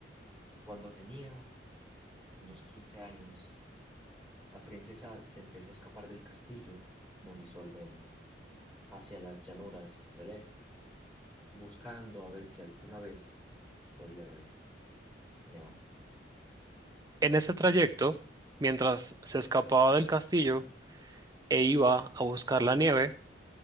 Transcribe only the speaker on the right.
En ese trayecto, mientras se escapaba del castillo e iba a buscar la nieve,